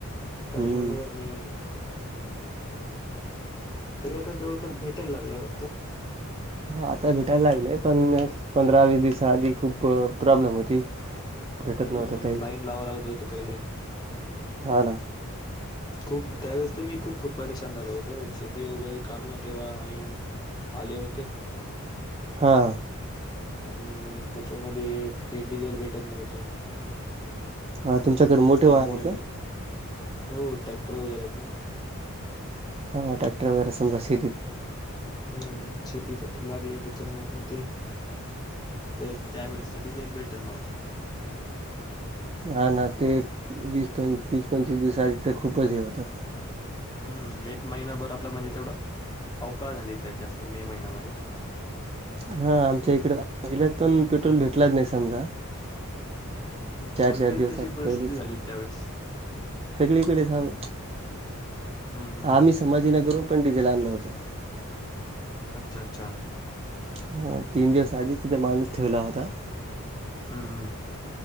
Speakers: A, on the left; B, on the right.
A: टाईमवर
B: हम्म
A: मिळत नाही. तरी आता जवळपास भेटायला लागलंय वाटत.
B: हा आता भेटायला लागलंय पण पंधरा-वीस दिवसा आधी खूप प्रॉब्लेम होती. भेटत
A: हम्म
B: नव्हतं काही
A: लाईन लावा लागत होते पहिले.
B: हा ना
A: खूप त्यावेेळेस तर मी खूप परेशान झालो होतो, शेती वगैरे काम तेव्हा ‌ऐन आले होते.
B: हा
A: ते त्यात पंधरा आणि त्याच्यामध्ये हे डिझेल भेटत नव्हतं.
B: हा तुमच्याकडे मोठे
A: त्यामुळे
B: वाहन आहेत
A: मी
B: का?
A: हो टॅक्टर वगैरे आहेत ना
B: ह ट्रॅक्टर वगैरे समजा शेती
A: हम्म शेतीसाठी लागले त्याच्यामुळ म ते ते त्यावेेळेस तर डिजेल भेटत नव्हतं.
B: हा ना ते वीस पंचवीस पंचवीस दिवसाआधी तर खूपच हे होतं.
A: हम्म एक महिनाभर आपलं म्हणजे तेवढं पावकाळ झाली त्या जास्त मे महिन्यामध्ये
B: हा आमच्या इकड जिल्ह्यात पण पेट्रोल भेटलाच नाही समजा
A: हम्म, सगळीकडे
B: चार चार दिवस
A: तशी
B: असं
A: परिस्थिती
B: पहिलंच,
A: झाली होती त्यावेळेस
B: सगळीकडे जाऊन
A: हम्म हम्म
B: आम्ही संभाजी नगरहून पण डिझेल आणलं होतं.
A: अच्छा अच्छा
B: हा तीन दिवस आधीच तिथ माणूस ठेवला होता.
A: हम्म हम्म.